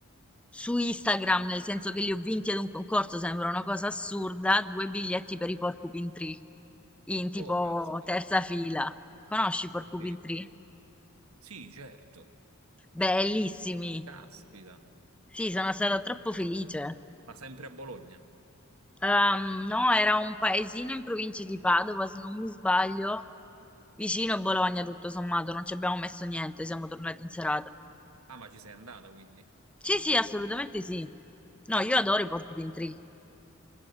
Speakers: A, in the centre; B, on the right.
A: su Instagram, nel senso che li ho vinti ad un concorso, sembra una cosa assurda, due biglietti per i Porcupine Tree, in tipo
B: Oh, caspita,
A: terza fila. Conosci i Porcupine
B: addirittura.
A: Tree?
B: Sì, certo.
A: Bellissimi.
B: Caspita.
A: Sì, sono stata troppo felice.
B: Ma sempre a Bologna.
A: Ehm, no, era un paesino in provincia di Padova, se non mi sbaglio, vicino a Bologna, tutto sommato, non ci abbiamo messo niente, siamo tornati in serata.
B: Ah, ma ci sei andata quindi.
A: Sì, sì, assolutamente sì. No, io adoro i Porcupine Tree.